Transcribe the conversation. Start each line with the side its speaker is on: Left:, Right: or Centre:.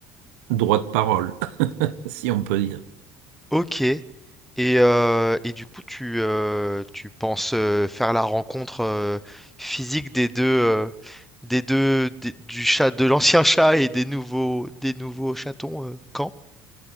Right: droit de parole, <laughs> si on peut dire.
Centre: Ok. Et, euh, et du coup, tu, euh, tu penses euh, faire la rencontre euh, physique des deux, euh, des deux, des- du chat, de l'ancien chat et des nouveaux, des nouveaux chatons euh, quand?